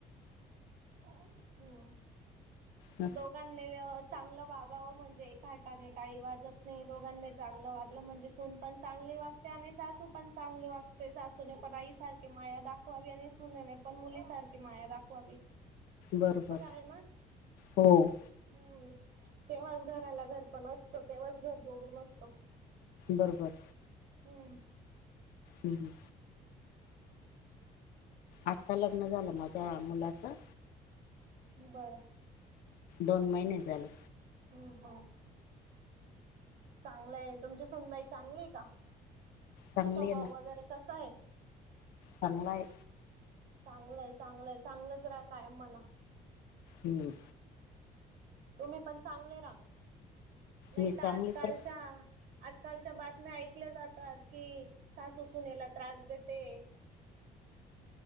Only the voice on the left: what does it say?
हं,
बरोबर
हो.
बरोबरं.
हम्म हम्म. आता लग्न झालं. माझ्या मुलाचं.
दोन महिने झाले.
चांगले
आहे
चांगलाय.
हम्म.
मी
चांगली तर